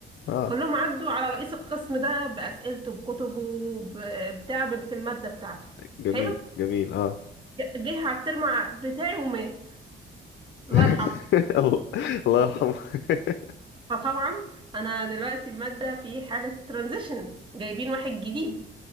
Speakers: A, on the left; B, on the right.
A: اه
B: كلهم عدوا على رئيس القسم ده باسئلته بكتبه ب- بتعب في الماده بتاعته
A: جميل
B: حلو
A: جميل اه
B: جه على الترم بتاعي ومات الله
A: <laughs>
B: يرحمه
A: الله الله يرحمه <laughs>
B: فطبعا انا دلوقتي مادة في حالة ترانزيشن جايبين واحد جديد